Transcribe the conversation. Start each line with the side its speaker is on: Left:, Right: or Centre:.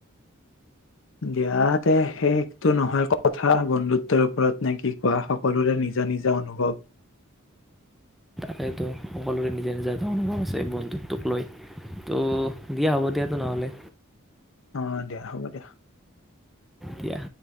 Left: দিয়াতে শেষটো নহয় কথা বন্ধুত্বৰ ওপৰত নে কি কোৱা সকলোৰে নিজা নিজা অনুভৱ
Centre: সেইেটো সকলোৰে নিজে নিজা এটা অনুভৱ আছে বন্ধুত্বোক লৈ ত' দিয়া হ'ব দিয়াতো নহ'লে।
Left: অ দিয়া হ'ব দিয়া।
Centre: দিয়া।